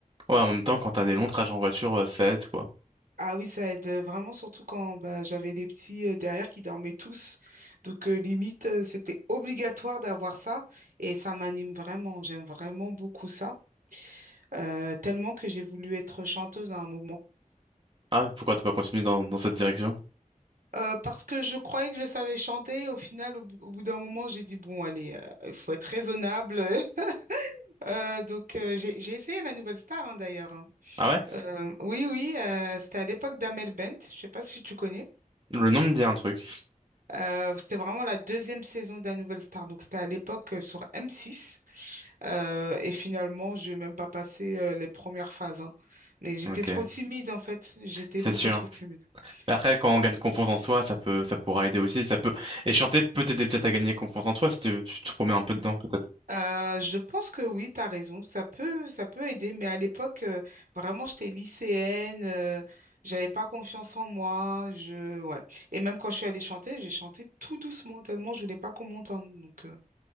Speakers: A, on the right; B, on the right.
A: ouais, en même temps, quand t'as des longs trajets en voiture, euh, ça aide, quoi.
B: Ah oui, ça aide euh, vraiment, surtout quand bah, j'avais les petits euh, derrière qui dormaient tous. Donc, euh, limite, euh, c'était obligatoire d'avoir ça et ça m'anime vraiment. J'aime vraiment beaucoup ça. euh, tellement que j'ai voulu être chanteuse à un moment.
A: Ah, pourquoi t'as pas continué dans, dans cette direction?
B: Euh, parce que je croyais que je savais chanter. Au final, au, au bout d'un moment, j'ai dit, bon, allez, euh, il faut être raisonnable. <laughs> Euh, donc, euh, j'ai, j'ai essayé la Nouvelle Star, hein, d'ailleurs. hein.
A: Ah ouais?
B: Euh, oui, oui, euh, c'était à l'époque d'Amel Bent. Je sais pas si tu connais.
A: Le nom me dit un truc.
B: Euh, c'était vraiment la deuxième saison de la Nouvelle Star. Donc, c'était à l'époque euh, sur M6. Euh, et finalement, je n'ai même pas passé euh, les premières phases. hein. Mais j'étais
A: Ok,
B: trop timide, en fait. J'étais
A: c'est
B: beaucoup
A: sûr.
B: trop timide.
A: Après, quand
B: Donc,
A: on gagne confiance en soi, ça peut, ça pourra aider aussi. Ça peut... Et chanter peut t'aider peut-être à gagner confiance en toi si tu, tu te remets un peu dedans, peut-être.
B: Euh, je pense que oui, tu as raison. Ça peut, ça peut aider, mais à l'époque, euh, vraiment, j'étais lycéenne, euh, j'avais pas confiance en moi. Je, ouais. Et même quand je suis allée chanter, j'ai chanté tout doucement, tellement je voulais pas qu'on m'entende. Donc, euh,